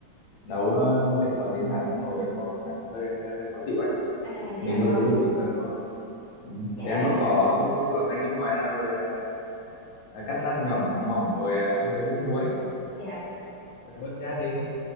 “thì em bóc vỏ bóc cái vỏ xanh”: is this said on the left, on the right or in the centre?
Left